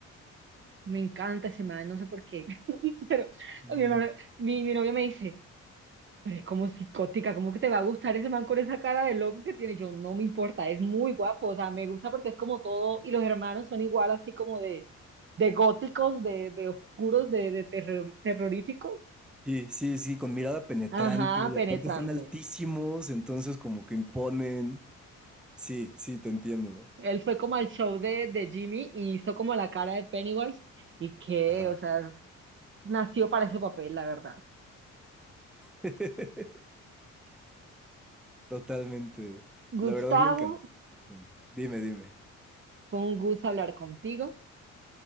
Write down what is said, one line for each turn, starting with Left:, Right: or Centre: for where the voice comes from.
Right: Me encanta ese man, no sé por qué. <laughs> Pero
Centre: Sí.
Right: mi, mamá- mi, mi novio me dice. Pero es como psicótica, ¿cómo que te va a gustar ese man con esa cara de loco que tiene? Yo no me importa, es muy guapo, o sea, me gusta porque es como todo, y los hermanos son igual así como de, de góticos, de, de oscuros, de, de terror- terroríficos.
Centre: Sí, sí, sí, con mirada penetrante
Right: Ajá,
Centre: y
Right: penetrante.
Centre: aparte están altísimos, entonces como que imponen. Sí, sí, te entiendo. ¿no?
Right: Él fue como al show de, de Jimmy y hizo como la cara de Pennywise y que,
Centre: Ajá.
Right: o sea, es- nació para ese papel, la verdad.
Centre: <laughs> Totalmente.
Right: Gustavo,
Centre: La verdad me encantó tu canción. Dime, dime.
Right: fue un gusto hablar contigo.